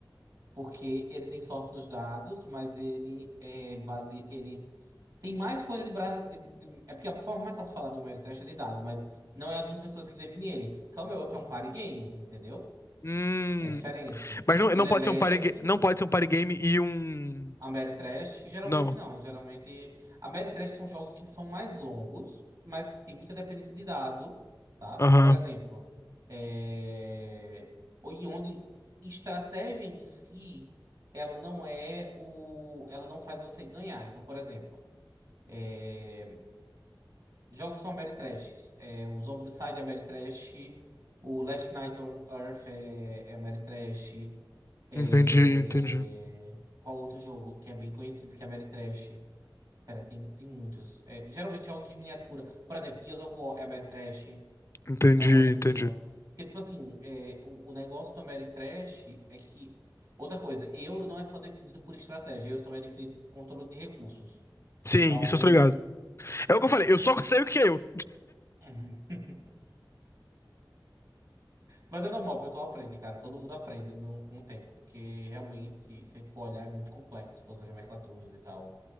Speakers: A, on the right (about 60°); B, on the left (about 35°).
A: Porque ele tem sorte nos dados, mas ele é base. Ele tem mais coisa de, bra... de, de- É porque a forma mais fácil de falar do Ameritrash é de dado, mas não é as únicas coisas que definem ele. Camel Up é um party game, entendeu?
B: Hum,
A: É diferente.
B: mas não,
A: Ele
B: não pode
A: é leve.
B: ser um party, ga- não pode ser um party game e um.
A: Ameritrash, geralmente
B: Não.
A: não. Geralmente. Ameritrash são jogos que são mais longos, mas que tem muita dependência de dado, tá?
B: Aham.
A: Por exemplo, é... o- e onde estratégia em si, ela não é o. Ela não faz você ganhar. Então, por exemplo. é, Jogos são Ameritrash. É, o Zombicide é Ameritrash. O Last Night on Earth é, é Ameritrash. É...
B: Entendi, entendi.
A: Qual outro jogo que é bem conhecido que é Ameritrash? Pera, tem, tem muitos. É, geralmente jogos de miniatura. Por exemplo, Gears of War é Ameritrash.
B: Entendi,
A: Senão eu gosto
B: entendi.
A: de Gears of War. Porque, tipo assim, é, o, o negócio do Ameritrash é que. Outra coisa, euro não é só definido por estratégia, euro também é definido por controle de recursos.
B: Sim,
A: Então.
B: isso eu tô ligado. É o que eu falei, eu só <laughs> sei o que é euro.
A: <laughs> Mas é normal, o pessoal aprende, cara. Todo mundo aprende no- com o tempo, porque realmente, se a gente for olhar, é muito complexo todas as nomenclaturas e tal,